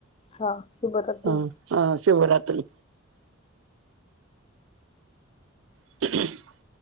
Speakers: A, on the left; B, on the right.
A: हा हे बघते.
B: हा हा शिवरात्री <inaudible>